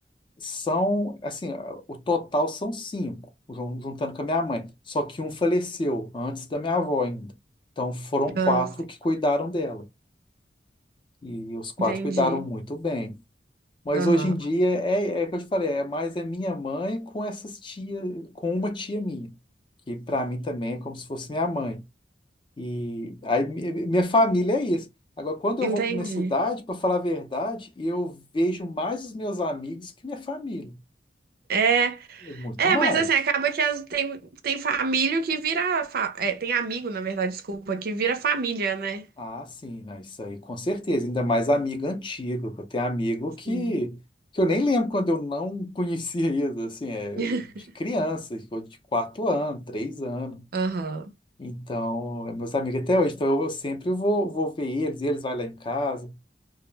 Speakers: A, on the left; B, on the right.
A: São, assim, o total são cinco, jun- juntando com a minha mãe. Só que um faleceu antes da minha avó ainda. Então foram
B: Ah,
A: quatro
B: sim.
A: que cuidaram dela. E os quatro
B: Entendi.
A: cuidaram muito bem. Mas
B: Aham.
A: hoje em dia é, é é o que eu te falei, é mais é minha mãe com essas tias, com uma tia minha, que para mim também é como se fosse minha mãe. E aí mi- minha família é isso. Agora, quando eu
B: Entendi.
A: vou para minha cidade, para falar a verdade, eu vejo mais os meus amigos que minha família.
B: É,
A: É Muito
B: é,
A: mais.
B: mas assim, acaba que as- tem, tem família que vira. fa- é, tem amigo, na verdade, desculpa, que vira família, né?
A: Ah, sim, né? Isso aí, com certeza. Ainda mais amigo antigo, que eu tenho amigo que,
B: Sim.
A: que eu nem lembro quando eu não <laughs> conhecia isso, assim, é,
B: <laughs>
A: de criança, de quatro anos, três anos.
B: Aham.
A: Então, é meus amigos até hoje, então eu, eu sempre vou, vou ver eles, eles vão lá em casa,